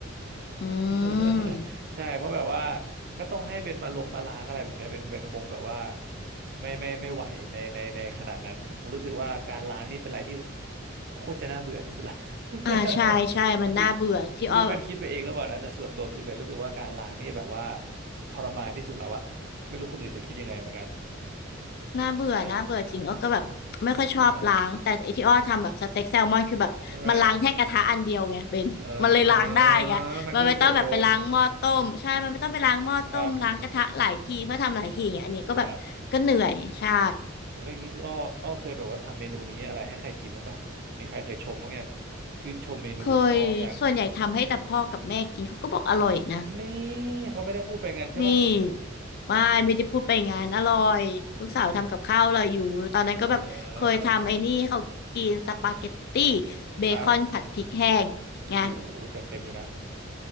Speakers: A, on the left; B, on the right.
A: อื
B: <laughs>
A: ม
B: ใช่เพราะแบบว่าถ้าต้องให้เบนมาลงมาล้างอะไรแบบเนี้ยเบนเบนคงแบบว่าไม่ไม่ไม่ไหวในในในขนาดนั้นผมรู้สึกว่าการล้างนี่เป็นอะไรที่โคตรจะน่าเบื่อที่สุดละ <laughs>
A: อ่าใช่ใช่มันน่าเบื่อที่อ้อแบบ
B: ไม่ไม่รู้เบนคิดไปเองหรือเปล่านะแต่ส่วนตัวคือเบนรู้สึกว่าการล้างนี่แบบว่าทรมานที่สุดแล้วอะไม่รู้คนอื่นจะคิดยังไงเหมือนกัน
A: น่าเบื่อน่าเบื่อจริงอ้อก็แบบไม่ค่อยชอบล้างแต่ไอที่อ้อทำแบบสเต็กแซลมอนคือแบบมันล้างแค่กระทะอันเดียวไงเบนมันเลยล้างได้ไงมันไม่ต้องแบบไปล้างหม้อต้มใช่มันไม่ต้องไปล้างหม้อต้มล้างกระทะหลายทีเพื่อทำหลายทีอย่างเงี้ยอันนี้ก็แบบก็เหนื่อยใช่
B: ใช่เออใช่ไหมเออมันก็เลยจบเลยครับครับ โหแล้วอย่างนี้คืออ้ออ้อเคยแบบว่าทำเมนูนี้อะไรให้ใครกินบ้างปะมีใครเคยชมบ้างยังชื่นชมเมนูของอ้อบ้างยัง
A: เคยส่วนใหญ่ทำให้แต่พ่อกับแม่กินเขาก็บอกอร่อยนะ
B: นี่เขาไม่ได้พูดไปงั้นใช่ปะ
A: นี่ไม่ไม่จะพูดไปงานอร่อยลูกสาวทำกับข้าวอร่อยอยู่ตอนนั้นก็แบบเคยทำไอ้นี่ให้เขากินสปาเกตตี้
B: เออ
A: เบคอนผัดพริกแห้งไง
B: ครับโหจัดเต็มอยู่นะ